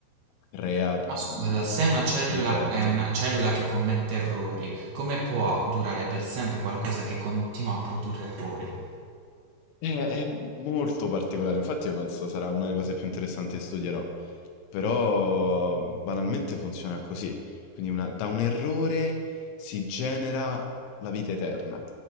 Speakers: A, on the left; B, on the right.
A: crea
B: Ma
A: mm,
B: scusa, se una cellula
A: tutti i difetti.
B: è una cellula che commette errori, come può durare per sempre qualcosa che continua a produrre errori?
A: È, è molto particolare, infatti io penso sarà una delle cose più interessanti che studierò. Però mhmm, banalmente funziona così. Quindi una- da un errore si genera la vita eterna.